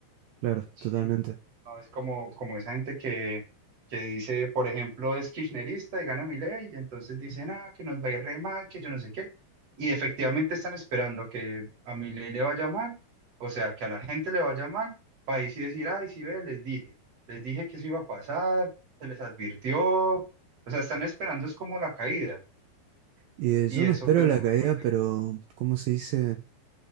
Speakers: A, on the right; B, on the right.
A: Claro,
B: ¿sí?
A: totalmente.
B: No es como, como esa gente que, que dice, por ejemplo, es kirchnerista y gana Milei, y entonces dicen, ah, que nos va a ir re mal, que yo no sé qué, y efectivamente están esperando a que a Milei le vaya mal, o sea, que a la gente le vaya mal, para ahí sí decir, ay, sí ve, les dije, les dije que eso iba a pasar, se les advirtió, o sea, están esperando es como la caída,
A: Y eh,
B: y
A: yo
B: eso
A: no espero
B: pues no
A: la
B: me
A: caída,
B: parece...
A: pero ¿cómo se dice?